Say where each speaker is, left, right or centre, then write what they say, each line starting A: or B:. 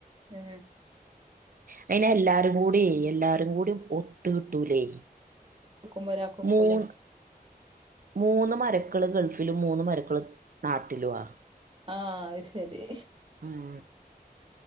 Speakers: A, on the right (about 35°); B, on the right (about 60°).
A: ഏ
B: അയിനെ എല്ലാരും കൂട്യേ എല്ലാരേം കൂടി ഒത്തു കിട്ടൂലേ.
A: ഒക്കുമ്പൊരാക്കൊക്കൂല
B: മൂന്ന് മൂന്ന് മര്വക്കൾ ഗൾഫ് ഫിലും മൂന്ന് മര്വക്കള് നാട്ടിലുവാ.
A: ആ അത്ശരി.
B: ആഹ്